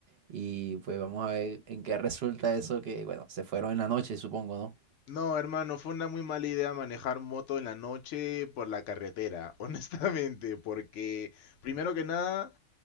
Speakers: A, on the right; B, on the left.
A: Y pues vamos a ver en qué resulta eso que, bueno, se fueron en la noche, supongo, ¿no?
B: No, hermano, fue una muy mala idea manejar moto en la noche por la carretera, <laughs> honestamente, porque primero que nada,